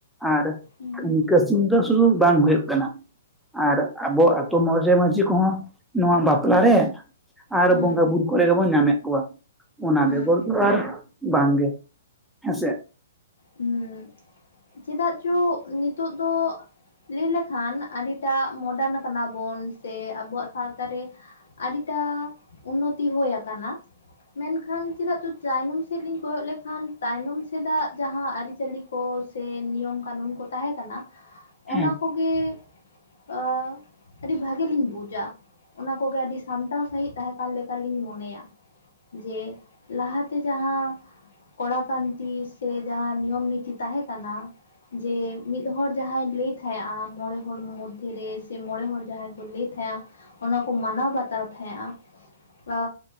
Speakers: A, in the centre; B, on the left.
A: ᱟᱨ
B: ᱦᱩᱸ
A: <unintelligible> ᱫᱚ ᱥᱩᱫᱷᱩ ᱵᱟᱝ ᱦᱩᱭᱩᱜ ᱠᱟᱱᱟ᱾ ᱟᱨ ᱟᱵᱚ ᱟᱛᱳ ᱢᱳᱲᱮ ᱢᱟᱺᱡᱷᱤ ᱠᱚᱦᱚᱸ ᱱᱚᱣᱟ ᱵᱟᱯᱞᱟ ᱨᱮ᱾ ᱟᱨ
B: ᱦᱩᱸ
A: ᱵᱚᱸᱜᱟ ᱵᱩᱨᱩ ᱠᱚᱨᱮ ᱜᱮᱵᱚᱱ ᱧᱟᱢᱮᱫ ᱠᱚᱣᱟ ᱚᱱᱟ
B: ᱦᱩᱸ
A: ᱵᱮᱜᱚᱨ ᱫᱚ ᱟᱨ᱾ ᱵᱟᱝ ᱜᱮ ᱦᱮᱸᱥᱮ᱾
B: ᱦᱩᱸ ᱪᱮᱫᱟᱜ ᱪᱚ ᱱᱤᱛᱚᱜ ᱫᱚ᱾ ᱞᱟᱹᱭ ᱞᱮᱠᱷᱟᱱ ᱟᱹᱰᱤᱴᱟᱜ ᱢᱚᱰᱟᱱ ᱠᱟᱱᱟᱵᱚᱱ ᱥᱮ ᱟᱵᱚᱣᱟᱜ ᱥᱟᱶᱛᱟ ᱨᱮ᱾ ᱟᱹᱰᱤᱴᱟ ᱩᱱᱚᱛᱤ ᱦᱩᱭ ᱟᱠᱟᱱᱟ᱾ ᱢᱮᱱᱠᱷᱟᱱ ᱪᱮᱫᱟᱜ ᱪᱚ ᱪᱟᱭᱱᱚᱢ ᱥᱮᱫ ᱞᱤᱧ ᱠᱚᱭᱚᱜ ᱞᱮᱠᱷᱟᱱ ᱛᱟᱭᱱᱚᱢ ᱥᱮᱫᱟᱜ ᱡᱟᱦᱟᱸ ᱟᱹᱨᱤᱪᱟᱹᱞᱤ ᱠᱚ ᱥᱮ ᱱᱤᱭᱚᱢ ᱠᱟᱱᱩᱱ ᱠᱚ ᱛᱟᱦᱮᱸ ᱠᱟᱱᱟ᱾
A: ᱦᱮᱸ
B: ᱚᱱᱟ ᱠᱚᱜᱮ ᱚ ᱟᱹᱰᱤ ᱵᱷᱟᱹᱜᱮ ᱞᱤᱧ ᱵᱩᱡᱟ᱾ ᱚᱱᱟ ᱠᱚᱜᱮ ᱟᱹᱰᱤ ᱥᱟᱢᱴᱟᱣ ᱥᱟᱹᱦᱤᱡ ᱛᱟᱦᱮᱸ ᱠᱟᱱ ᱞᱮᱠᱟᱞᱤᱧ ᱢᱚᱱᱮᱭᱟ᱾ ᱡᱮ ᱞᱟᱦᱟᱛᱮ ᱡᱟᱦᱟᱸ ᱠᱚᱲᱟ ᱠᱟᱱᱛᱤ᱾ ᱛᱮ ᱡᱟᱦᱟᱸ ᱱᱤᱭᱚᱢ ᱱᱤᱛᱤ ᱛᱟᱦᱮᱸ ᱠᱟᱱᱟ ᱡᱮ ᱢᱤᱫ ᱦᱚᱲ ᱡᱟᱦᱟᱸᱭ ᱞᱟᱹᱭ ᱛᱟᱦᱮᱸᱜ-ᱟ᱾ᱢᱚᱬᱮ ᱦᱚᱲ ᱢᱚᱫᱽᱫᱷᱮ ᱨᱮ ᱥᱮ ᱢᱚᱬᱮ ᱦᱚᱲ ᱡᱟᱦᱟᱸᱭ ᱠᱚ ᱞᱟᱹᱭ ᱛᱟᱦᱮᱸᱜ-ᱟ᱾ ᱚᱱᱟ ᱠᱚ ᱢᱟᱱᱟᱣ ᱵᱟᱛᱟᱣ ᱛᱟᱦᱮᱸᱜ-ᱟ᱾ ᱟ,